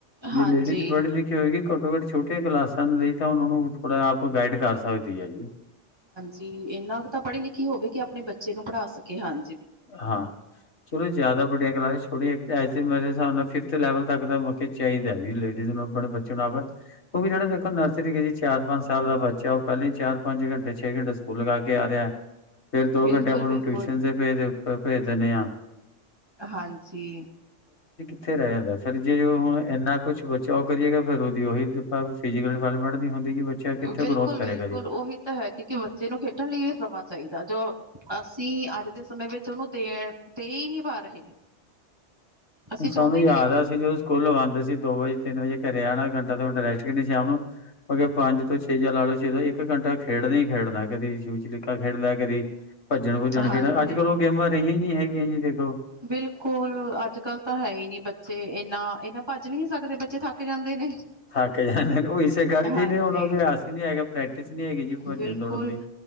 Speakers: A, on the left; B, on the right.
A: ਜੇ
B: ਹਾਂਜੀ
A: ਲੇਡੀਜ਼ ਪੜ੍ਹੀ ਲਿਖੀ ਹੋਏਗੀ ਘੱਟੋ-ਘੱਟ ਛੋਟੀਆਂ ਕਲਾਸਾਂ ਲਈ ਤਾਂ ਉਹਨਾਂ ਨੂੰ ਥੋੜ੍ਹਾ ਆਪ ਗਾਈਡ ਕਰ ਸਕਦੀ ਆ ਜੀ।
B: ਜੀ ਇੰਨਾ ਕੁ ਤਾਂ ਪੜ੍ਹੀ ਲਿਖੀ ਹੋਵੇ ਕਿ ਆਪਣੇ ਬੱਚੇ ਨੂੰ ਪੜ੍ਹਾ ਸਕੇ ਹਾਂ
A: ਹਾਂ ਚਲੋ ਜਿਆਦਾ ਵੱਡੀਆਂ ਕਲਾਸ ਛੋੜੀਆਂ ਐਸੇ ਮੇਰੇ ਹਿਸਾਬ ਨਾਲ ਫਿ ਲੈਵਲ ਤੱਕ ਤਾਂ ਮੈਂ ਕਿਹਾ ਚਾਹੀਦਾ ਵੀ ਲੇ ਡੀ ਨੂੰ ਆਪਣੇ ਬੱਚੇ ਨੂੰ ਆਪ ਉਹ ਵੀ ਜਿਹੜਾ ਦੇਖੋ ਨਰਸਰੀ ਗਏ ਸੀ ਚਾਰ ਪੰਜ ਸ ਸਾਲ ਦਾ ਬੱਚਾ ਉਹ ਪਹਿਲਾਂ ਹੀ ਚਾਰ ਪੰਜ ਘੰਟੇ ਛੇ ਘੰਟੇ ਸਕੂਲ ਲਗਾ ਕੇ ਆ ਰਿਹਾ। ਫੇਰ ਦੋ
B: ਬਿਲਕੁਲ
A: ਘੰਟੇ ਆਪਾਂ
B: ਬਿਲਕੁਲ
A: ਨੂੰ ਟਿਊਸ਼ਨ ਤੇ ਭੇਜ ਫੇਰ ਭੇਜ ਦੇਣੇ ਹਾਂ।
B: ਹਾਂਜੀ।
A: ਉੱਥੇ ਰਹਿ ਜਾਂਦਾ ਫਿਰ ਜੇ ਜੋ ਹੁਣ ਇੰਨਾ ਕੁਛ ਬੱਚਾ ਉਹ ਕਰੀਏ ਫਿਰ ਉ ਉਹੀ ਫਿਜ਼ਕਲ ਡਿਵੈਲਪਮੈਂਟ ਨਹੀਂ ਹੁੰਦੀ ਕਿ ਬੱਚਾ ਕਿੱਥੇ
B: ਬਿਲਕੁਲ-ਬਿਲਕੁਲ
A: ਗਰੋਥ ਕਰੇਗਾ ਜੀ
B: ਉਹੀ ਤਾਂ ਹੈਗੀ ਕਿ ਬੱਚੇ ਨੂੰ ਖੇਡਣ ਲਈ ਵੀ ਸੰਬ ਚਾਹੀਦਾ ਜੋ ਅਸੀਂ ਅੱਜ ਦੇ ਸਮੇਂ ਵਿੱਚ ਉਹਨੂੰ ਦੇਣ ਦੇ ਹੀ ਨਹੀਂ ਪਾ ਰਹੇ। ਅਸੀਂ ਚਾਹੁੰਦੇ
A: ਸਾਨੂੰ
B: ਹੀ
A: ਯਾਦ
B: ਨਹੀਂ ਕਿ
A: ਆ ਅਸੀਂ ਜਦੋਂ ਸਕੂਲ ਆਂਦੇ ਸੀ ਦੋ ਵਜੇ ਤਿੰਨ ਵਜੇ ਘਰੇ ਆਣਾ ਮੁੰਡਾ ਰੈਸਟ ਕਰਨੀ ਸ਼ਾਮ ਨੂੰ ਪੰਜ ਤੋਂ ਛੇ ਜਾਂ ਲਾ ਲਓ ਛੇ ਤੋਂ ਇੱਕ ਘੰਟਾ ਖੇਡਦਾ ਹੀ ਖੇਡਦਾ ਕਦੀ ਸ਼ੂ ਛੜੀਕਾ ਖੇਡ ਲਿਆ ਕਦੀ ਭੱਜਣ ਭੁੱਜਣ
B: ਹਾਂਜੀ।
A: ਖੇਡਣ ਅੱਜ ਕੱਲ ਉਹ ਗੇਮਾਂ ਰਹੀਆਂ ਨੀ ਹੈਗੀਆਂ ਜੀ ਦੇਖੋ
B: ਬਿਲਕੁਲ ਅੱਜ ਕੱਲ੍ਹ ਤਾਂ ਹੈ ਹੀ ਨੀ ਬੱਚੇ ਇੰਨਾ ਇਨ੍ਹਾਂ ਭੱਜ ਵੀ ਨਹੀਂ ਸਕਦੇ ਬੱਚੇ ਥੱਕ ਜਾਂਦੇ ਨੇ
A: ਥੱਕ ਜਾਂਦੇ ਨੇ ਉਹ ਇਸੇ ਕਰਕੇ
B: ਹਾਂਜੀ।
A: ਨੇ ਹੁਣ ਅਭਿਆਸ ਹੀ ਨਹੀਂ ਹੈਗਾ ਪ੍ਰੈਕਟਿਸ ਨੀ ਹੈਗੀ ਜੀ ਭੱਜਣ
B: ਬਿਲਕੁਲ
A: ਦੌੜਨ ਦੀ